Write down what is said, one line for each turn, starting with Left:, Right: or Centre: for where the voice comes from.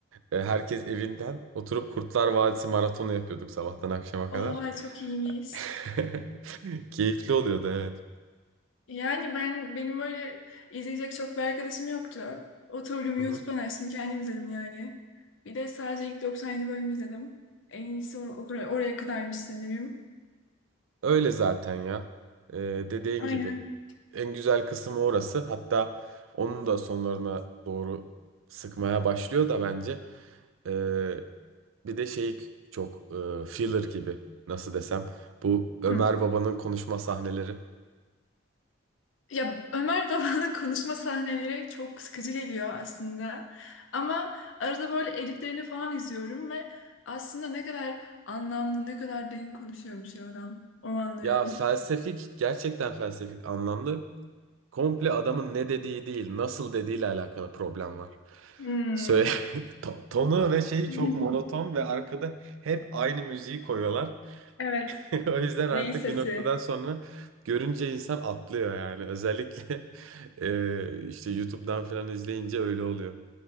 Right: e, herkes evinden oturup Kurtlar Vadisi maratonu yapıyorduk sabahtan akşama
Left: oha
Right: kadar.
Left: çok iyiymiş.
Right: <laughs> Keyifli oluyordu evet.
Left: Yani ben benim böyle izleyecek çok bir arkadaşım yoktu. Oturdum
Right: Hı
Left: YouTube'dan
Right: hı.
Left: açtım kendim izledim yani. Bir de sadece ilk 97 bölümü izledim. En iyisi or- or- oraya kadarmış sanırım.
Right: Öyle zaten ya. Ee, dediğin
Left: Aynen.
Right: gibi. En güzel kısmı orası. Hatta onun da sonlarına doğru sıkmaya başlıyor da bence. Ee, bir de şey çok e, filler gibi nasıl desem. Bu Ömer
Left: Hı.
Right: Baba'nın konuşma sahneleri.
Left: Ya Ömer Baba'nın konuşma sahneleri çok sıkıcı geliyor aslında. Ama arada böyle editlerini falan izliyorum ve aslında ne kadar anlamlı, ne kadar derin konuşuyormuş ya adam. Onu anlıyorum.
Right: Ya felsefik gerçekten felsefik anlamlı. Komple adamın ne dediği değil nasıl dediğiyle alakalı problem var.
Left: Hmm.
Right: Söyle, <laughs> to- tonu ve şeyi
Left: <laughs>
Right: çok monoton ve arkada hep aynı müziği koyuyorlar.
Left: Evet.
Right: <laughs> O yüzden artık
Left: Ney sesi?
Right: bir noktadan sonra görünce insan atlıyor yani. Özellikle <laughs> e, işte YouTube'dan falan izleyince öyle oluyor.